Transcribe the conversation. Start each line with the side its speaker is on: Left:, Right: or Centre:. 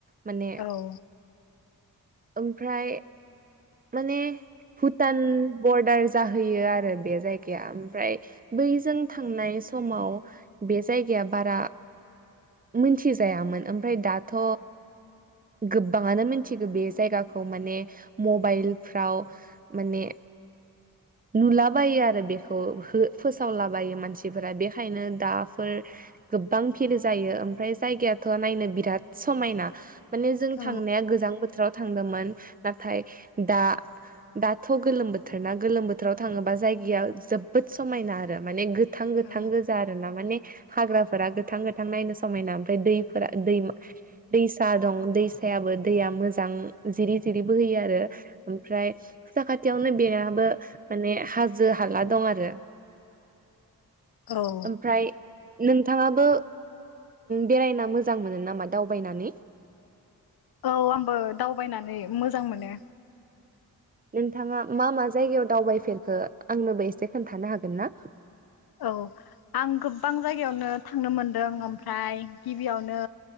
Right: माने
Left: औ
Right: ओमफ्राय माने भुटान बरदार जाहैयो आरो बे जायगाया ओमफ्राय बैजों थांनाय समाव बे जायगाया बारा मिथिजायामोन ओमफ्राय दाथ' गोबाङानो मिथिगौ बे जायगाखौ माने मबाइलफ्राव माने
Left: <inaudible>
Right: नुलाबायो आरो बेखौ हो फोसावलाबायो मानसिफोरा बेखायनो दाफोर गोबां भिर जायो ओमफ्राय जायगायाथ' नायनो बिराद समायना माने जों
Left: औ
Right: थांनाया गोजां बोथोर बोथोराव थांदोंमोन नाथाय दा दाथ' गोलोम बोथोर ना गोलोम बोथोराव थाङोबा जायगाया जोबोद समायना आरो माने गोथां गोथां
Left: औ
Right: गोजा आरो ना माने हाग्राफोरा गोथां गोथां नायनो समायना ओमफ्राय दैफोरा दैमा दैसा दं दैसायाबो दैया मोजां मोजां जिरि जिरि बोहैयो आरो ओमफ्राय साखाथियावनो बेनाबो माने हाजो हाला दं आरो
Left: औ
Right: ओमफ्राय नोंथाङाबो बेरायना मोजां मोनो नामा दावबायनानै
Left: औ आंबो दावबायनानै मोजां मोनो
Right: नोंथाङा मा मा जायगायाव दावबायफेरखो आंनोबो एसे खोन्थानो हागोन ना
Left: औ आं गोबां जायगायावनो थांनो मोनदों ओमफ्राय गिबियावनो